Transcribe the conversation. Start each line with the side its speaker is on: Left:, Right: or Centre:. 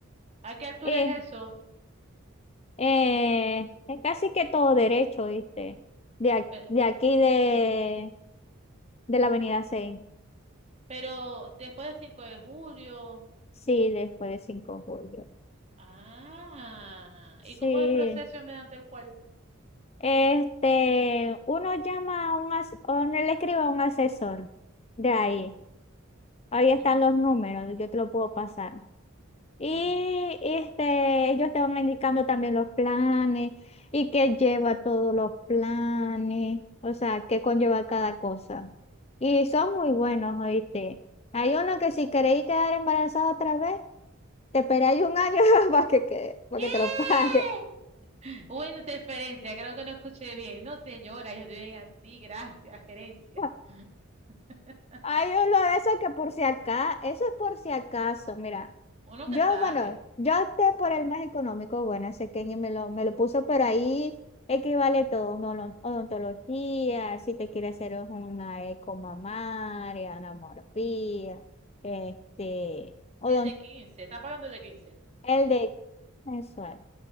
Right: ¿A qué altura
Left: Y,
Right: es eso?
Left: eh, es casi que todo derecho, ¿viste? De, ac-
Right: Pe-
Left: de aquí de, de la Avenida seis
Right: Pero después del 5 de julio.
Left: Sí, después de 5 de julio.
Right: Ah,
Left: Sí.
Right: ¿y cómo es el proceso mediante el cual?
Left: Este, uno llama a un, as- o no le escribe a un asesor de ahí.
Right: Ujú,
Left: Ahí están
Right: ujú,
Left: los números, yo te lo puedo pasar. Y
Right: Sí.
Left: este, ellos te van indicando también los planes y qué lleva todos los planes, o sea, qué conlleva cada cosa. Y son muy buenos, ¿oíste? Hay uno que si queréis quedar embarazada otra vez, te esperáis un año <laughs> para que, quede- para
Right: ¿Qué?
Left: que te lo pague.
Right: <laughs> Buena interferencia, creo que no escuché bien. No, señora, yo estoy bien así, gracias, gerencia.
Left: <laughs>
Right: <laughs>
Left: Hay uno de esos que por si acá, eso es por si acaso, mira,
Right: Uno nunca
Left: yo,
Right: sabe.
Left: bueno, yo opté por el más económico, bueno, ese que me lo, me lo puso, pero ahí equivale todo, no, lo- odontología, si te quieres hacer una ecomamaria, anamorfía, este, odon-
Right: El de 15. están pagando el de quince?
Left: el de mensual.